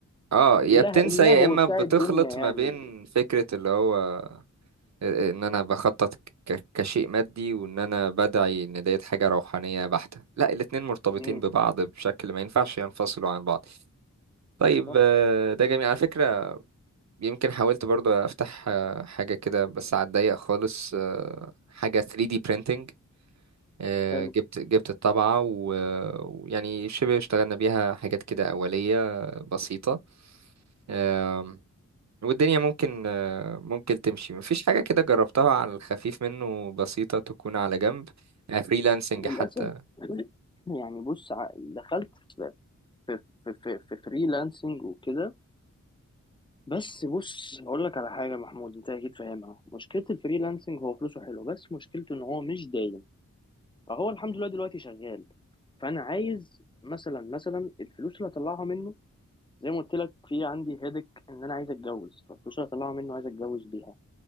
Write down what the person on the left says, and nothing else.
الله
اللهو
بتاع
الدنيا يعني
امم
صح
حلو
للأسف
<clears throat> يعني بص ع- دخلت في في في في, في فريلانسنج وكده بس بص هقول لك على حاجة محمود انت اكيد فاهمها مشكلة الفريلانسنج هو فلوسه حلو بس مشكلته ان هو مش دايم فهو الحمد لله دلوقتي شغال فانا عايز مثلا مثلا الفلوس اللي هطلعها منه زي ما قلت لك في عندي هيدك ان انا عايز اتجوز فالفلوس اللي هطلعها منه عايز اتجوز بيها